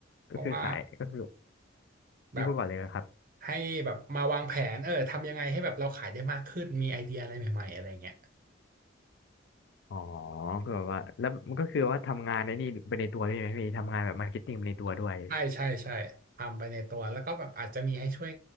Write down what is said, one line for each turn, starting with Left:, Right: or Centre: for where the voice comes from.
Right: เพราะว่า
Left: ก็คือขายก็คือ
Right: แบบ
Left: พี่พูดก่อนเลยนะครับ
Right: ให้แบบมาวางแผนเออทำยังไงให้แบบเราขายได้มากขึ้นมีไอเดียอะไรใหม่ๆอะไรเงี้ย
Left: อ๋อคือแบบว่าแล้วมันก็คือว่าทำงานในนี่ไปในตัวด้วยไหมพี่ทำงานแบบมาร์เก็ตติ้งไปในตัวด้วย
Right: ใช่ใช่ใช่ทำไปในตัวแล้วก็แบบอาจจะมีให้ช่วย